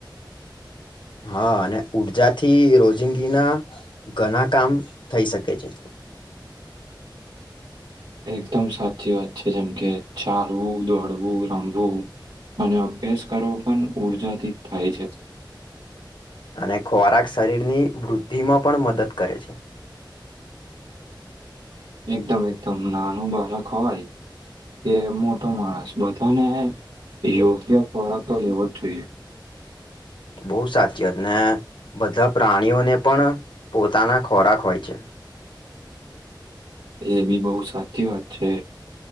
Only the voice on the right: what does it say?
એકદમ સાચી વાત છે જેમ કે ચાલવું, દોડવું, રમવું અને અભ્યાસ કરવો પણ ઉર્જાથી થાય છે.
એકદમ એકદમ નાનું બાળક હોય કે મોટો માણસ બધાને યોગ્ય ખોરાક તો લેવો જ જોઈએ.
એ બી બહુ સાચી વાત છે.